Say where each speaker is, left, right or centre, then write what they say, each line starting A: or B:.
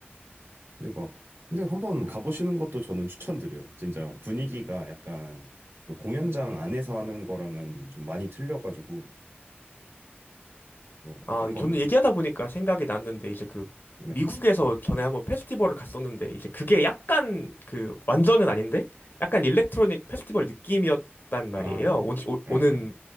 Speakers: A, on the right; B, on the left.
A: 근데 막, 근데 한번 가보시는 것도 저는 추천드려요. 진짜 분위기가 약간 그 공연장 안에서 하는 거랑은 좀 많이 틀려가지고, 어,
B: 아,
A: 한번,
B: 네, 저는 얘기하다 보니까 생각이 났는데 이제 그
A: 네.
B: 미국에서 전에 한번 페스티벌을 갔었는데 이제 그게 약간 그 완전은 아닌데 약간 일렉트로닉 페스티벌 느낌이었단 말이에요.
A: 아, 네. 네,
B: 오, 는
A: 네.